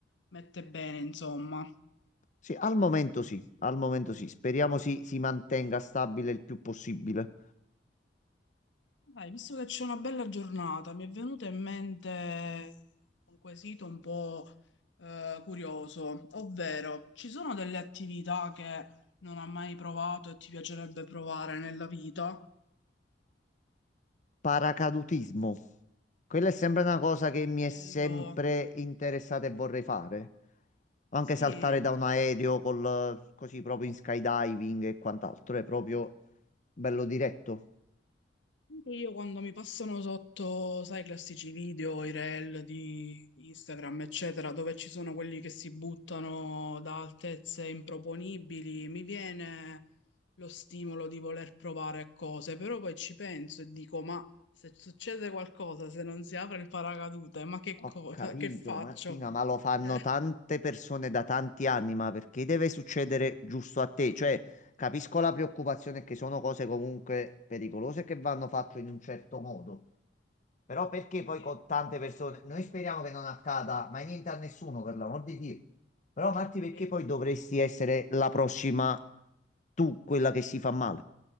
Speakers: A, on the left (about 90°); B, on the left (about 45°).
A: mette bene, insomma.
B: Sì, al momento sì, al momento sì. Speriamo si, si mantenga stabile il più possibile.
A: Dai, visto che c'è una bella giornata, mi è venuto in mente un quesito un po' eh, curioso, ovvero ci sono delle attività che non hai mai provato e ti piacerebbe provare nella vita?
B: Paracadutismo. Quella è sempre una cosa che mi
A: Bello,
B: è sempre interessata e vorrei fare. O Anche
A: sì.
B: saltare da un aereo col, così proprio in skydiving e quant'altro. È proprio bello diretto.
A: Anche Io quando mi passano sotto, sai, i classici video, i reel di Instagram, eccetera, dove ci sono quelli che si buttano da altezze improponibili, mi viene lo stimolo di voler provare cose, però poi ci penso e dico, ma se succede qualcosa, se non si apre il paracadute, ma che
B: Ho
A: cosa,
B: capito,
A: che faccio?
B: Martina, ma lo fanno
A: Eh,
B: tante persone da tanti anni, ma perché deve succedere giusto a te? Cioè, capisco la preoccupazione che sono cose comunque pericolose che vanno fatte in un certo modo, però perché poi
A: sì,
B: con tante persone, noi speriamo che non accada mai niente a nessuno, per l'amor di Dio. Però Marti, perché
A: sì.
B: poi dovresti essere la prossima tu, quella che si fa male?